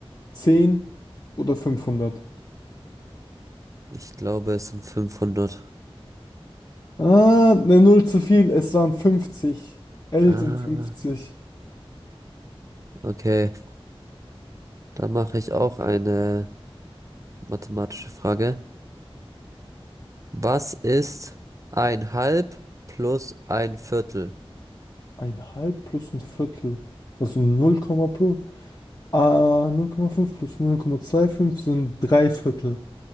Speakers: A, on the left (about 40°); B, on the right (about 35°).
A: zehn oder 500?
B: Ich glaube, es sind fünfhundert.
A: Ah, eine Null zu viel. Es waren fünfzig. L
B: Ah,
A: sind 50.
B: okay. Dann mache ich auch eine mathematische Frage. Was ist ein Halb plus ein Viertel?
A: Ein halb plus ein Viertel. Das sind null Komma plus. Ah, null Komma fünf plus 0,25 sind drei Viertel.